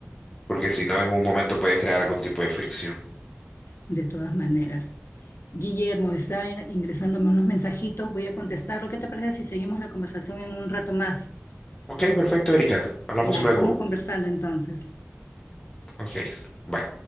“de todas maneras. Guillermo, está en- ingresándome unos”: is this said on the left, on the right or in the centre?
Left